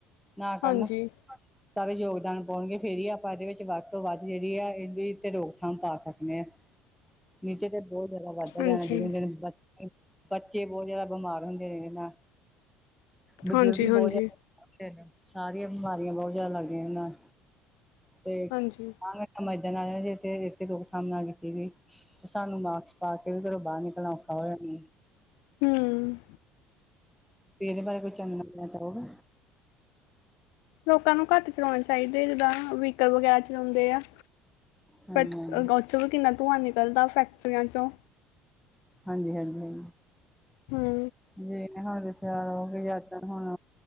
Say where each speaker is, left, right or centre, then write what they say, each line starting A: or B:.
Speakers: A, in the centre; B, on the left.
A: ਨਾ ਕਰਨ
B: ਹਾਂਜੀ
A: ਸਾਰੇ ਯੋਗਦਾਨ ਪਾਉਣਗੇ ਫੇਰ ਹੀ ਆਪਾਂ ਇਹਦੇ ਵਿੱਚ ਵੱਧ ਤੋਂ ਵੱਧ ਜਿਹੜੀ ਆ ਇਹਦੀ ਰੋਕਥਾਮ ਪਾ ਸਕਦੇ ਹਾਂ। ਨੀਚੇ ਤੇ ਬੋਤ ਜਾਦਾ ਵੱਧਦਾ
B: ਹਾਂਜੀ
A: ਜਾਣਾ ਜਿਵੇਂ ਦਿਨੋ ਦਿਨ ਬੱਚੇ ਬੋਤ ਜਾਦਾ ਬਿਮਾਰ ਹੁੰਦੇ ਨੇ ਇਹਦੇ ਨਾਲ ਬਜ਼ੁਰਗ
B: ਹਾਂਜੀ ਹਾਂਜੀ
A: ਬੋਤ ਜਾਦਾ ਸਾਰੀਆਂ ਬਿਮਾਰੀਆਂ ਬੋਤ ਜਾਦਾ ਲੱਗਦੀਆਂ ਇਹ ਦੇ ਨਾਲ ਤੇ
B: ਹਾਂਜੀ
A: ਆ ਆ ਮਰਦਾਂ ਨਾਲ ਇਥੇ ਰੁਕਥਾਮ ਨਾ ਕੀਤੀ ਸੀ। ਤੇ ਸਾਨੂੰ ਮਾਕਸ ਪਾ ਕੇ ਵੀ ਘਰੋਂ ਬਾਰ ਨਿਕਲਣਾ ਔਖਾ ਹੋਇਆ ਨੀ
B: ਹੂੰ
A: ਇਹਦੇ ਬਾਰੇ ਕੋਈ ਚੰਗਾ <unintelligible> ਨੱੱਸਣਾ ਚਾਹੋਗਾ।
B: ਲੋਕਾਂ ਨੂੰ ਘੱਟ ਚਲਾਉਣੇ ਚਾਹੀਦੇ ਜਿੱਦਾਂ ਵਹੀਕਲ ਵਗੈਰਾ ਚਲਾਉਂਦੇ ਆ।
A: ਹਾਂਜੀ
B: ਬ ਉੱਥੋਂ ਵੀ ਕਿੰਨਾ ਧੂੰਆਂ ਨਿਕਲਦਾ ਫੈਕਟਰੀਆਂ 'ਚੋਂ
A: ਹਾਂਜੀ-ਹਾਂਜੀ-ਹਾਂਜੀ
B: ਹਾਂ
A: ਜਿ ਹੁਣ ਦੱਸਿਆ ਯ ਅਜ ਹੁਣ